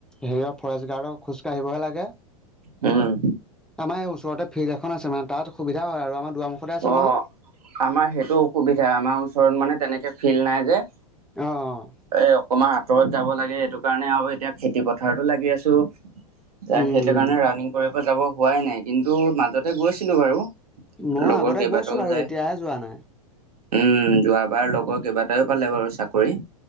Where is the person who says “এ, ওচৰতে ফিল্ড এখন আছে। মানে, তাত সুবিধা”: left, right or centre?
Centre